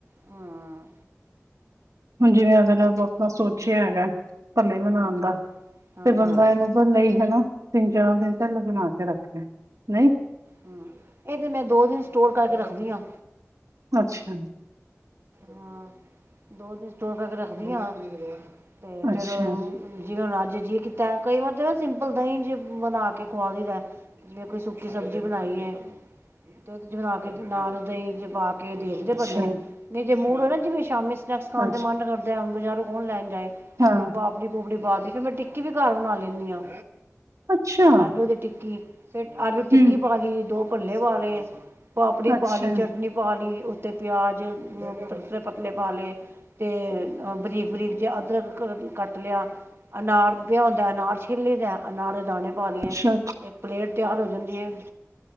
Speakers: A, on the right (about 45°); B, on the right (about 80°).
A: ਹਾਂ।
B: ਹੁਣ ਜਿਵੇਂ ਅਗਰ ਆਪਾਂ ਸੋਚਿਆ ਹੈਗਾ। ਭਲੇ ਮਨਾਉਣ
A: ਹਾਂ
B: ਦਾ
A: ਹਾਂ
B: ਤੇ
A: ਹਾਂ ਹਾਂ
B: ਬੰਦਾ ਇਹਨੂੰ ਭੱਲੇ ਹੀ ਹਨਾ। ਤਿੰਨ-ਚਾਰ ਦਿਨ ਪਹਿਲੇ ਬਣਾ ਕੇ ਰੱਖੇ ਲੇ ਨਹੀਂ।
A: ਹੂੰ ਇਹ ਤੇ ਮੈਂ ਦੋ ਦਿਨ ਸਟੋਰ ਕਰਕੇ ਰੱਖਦੀ ਆ।
B: ਅੱਛਾ।
A: ਹਾਂ ਦੋ ਦਿਨ ਸਟੋਰ ਕਰਕੇ ਰੱਖਦੀ ਹਾਂ ਤੇ
B: ਅੱਛਾ
A: ਫੇਰ ਜਿਵੇਂ ਹੁਣ ਆਜ ਜੀ ਕੀਤਾ ਕਈ ਵਾਰ ਜਿਵੇ ਸਿੰਪਲ ਦਹੀਂ ਜ ਬਣਾ ਕੇ ਖੁਆਦੀਦਾ। ਜਿਵੇਂ ਕੋਈ ਸੁੱਕੀ ਸਬਜ਼ੀ ਬਣਾਈ ਐ ਤੇ <unintelligible> ਬਣਾ ਕੇ ਨਾਲ ਦਹੀਂ ਚ ਪਾ ਕੇ ਦੇ ਦਿਤੇ
B: ਅੱਛਾ
A: ਪੱਲੇ ਨ ਜੇ ਮੂੜ ਹੋ ਨਾ ਜਿਵੇਂ ਸ਼ਾਮੀ ਸਨੈਕਸ ਖਾਣ
B: ਅੱਛਾ
A: ਦਾ ਮਨ ਕਰਦਾ, ਬਜ਼ਾਰੋਂ ਕੌਣ ਲੈਣ ਜਾਏ
B: ਹਾਂ
A: ਫੇਰ ਪਾਪੜੀ ਪੂਪੜੀ ਪਾ ਤ ਫੇਰ ਮੈਂ ਟਿੱਕੀ ਵੀ ਘਰ ਬਣਾ ਲੈਂਦੀ ਆ
B: ਅੱਛਾ
A: ਆਲੂ ਦੀ ਟਿੱਕੀ। ਫਿਰ ਆਲੂ ਟਿੱਕੀ
B: ਹਮ
A: ਪਾ ਲਈ, ਦੋ ਭੱਲੇ ਪਾ ਲਏ, ਪਾਪੜੀ
B: ਅੱਛਾ
A: ਪਾ ਲਈ ਚਟਨੀ ਪਾ ਲਈ ਉੱਤੇ ਪਿਆਜ਼ ਪਤਲੇ-ਪਤਲੇ ਪਾ ਲਏ ਤੇ ਬਰੀਕ-ਬਰੀਕ ਜੇ ਅਦਰਕ ਕੱਟ ਲਿਆ, ਅਨਾਰ ਪਿਆ ਹੁਂਦਾ ਅਨਾਰ ਛਿੱਲ ਲਈ ਦਾ ਅਨਾਰ ਦਾਣੇ ਪਾ ਲਈਏ
B: ਅੱਛਾ
A: ਇੱਕ ਪਲੇਟ ਤਿਆਰ ਹੋ ਜਾਂਦੀ ਹੈ,